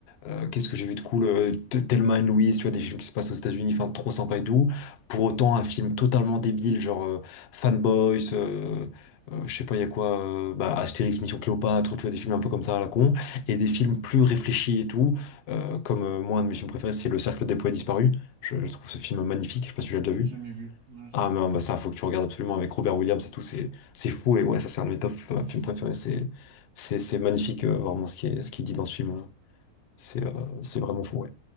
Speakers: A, on the left; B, on the right.
A: euh, qu'est-ce que j'ai vu de cool, euh, T- Thelma and Louise, tu vois, des films qui se passent aux États-Unis, enfin, trop sympa et tout. Pour autant, un film totalement débile, genre euh, Fanboys, euh, euh, je sais pas, il y a quoi, euh, bah, Astérix, Mission Cléopâtre, tu vois, des films un peu comme ça à la con, et des films plus réfléchis et tout, euh, comme euh, moi, un de mes films préférés, c'est Le Cercle des poètes disparus. Je, je trouve ce film magnifique, je sais pas si tu l'as déjà
B: Ouais,
A: vu.
B: j'ai jamais vu. Non, j'ai
A: Ah
B: jamais
A: non,
B: vu.
A: bah ça, faut que tu regardes absolument avec Robert Williams et tout, c'est c'est fou et ouais, ça c'est un de mes top euh, films préférés, c'est c'est c'est magnifique euh, vraiment ce qui est ce qu'il dit dans ce film, hein. c'est euh, c'est vraiment fou. ouais.